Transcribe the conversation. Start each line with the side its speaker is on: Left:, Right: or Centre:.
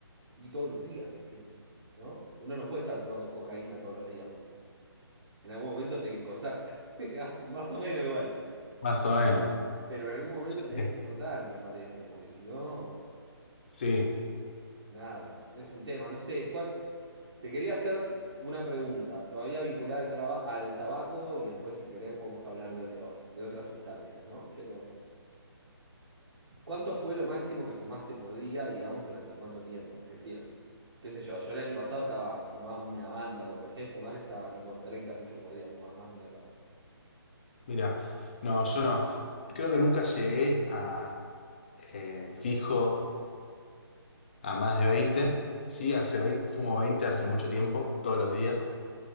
Right: y todos los días haciendo, ¿no? Uno no puede estar tomando cocaína todos los días, porque en algún momento tenés que cortar, <laughs> digamos, más o menos igual.
Left: Más o menos.
Right: Pero en algún momento tenés
Left: Bien.
Right: que cortar, me parece, porque si no...
Left: Sí,
Right: Nada, es un tema. No sé, cuán- te quería hacer una pregunta, todavía vinculada al, traba- al tabaco y después si querés podemos hablar de otros, de otras sustancias, ¿no? Pero, ¿cuánto fue lo máximo que fumaste por día, digamos, durante cuánto tiempo? Es decir, qué sé yo, yo el año pasado estaba fumaba una banda, cuando dejé de fumar estaba tipo en 30 puchos por día, fumaba más de un atado,
Left: mira, no, yo no. Creo que nunca llegué a eh, fijo a más de 20. Sí, hace 20 fumo 20 hace mucho tiempo, todos los días.